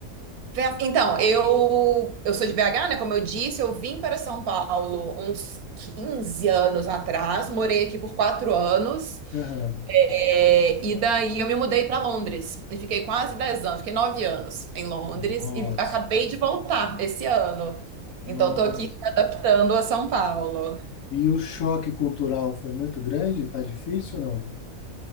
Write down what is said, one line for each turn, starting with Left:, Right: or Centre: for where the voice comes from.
Right: Festa- Então, eu, eu sou de BH, né? Como eu disse, eu vim para São Paulo uns 15 anos atrás, morei aqui por quatro anos,
Left: Aham.
Right: é, e daí eu me mudei para Londres e fiquei quase 10 anos, fiquei 9 anos em Londres
Left: Nossa,
Right: e acabei de voltar esse ano.
Left: nossa.
Right: Então, estou aqui me adaptando a São Paulo.
Left: E o choque cultural foi muito grande? Tá difícil ou não?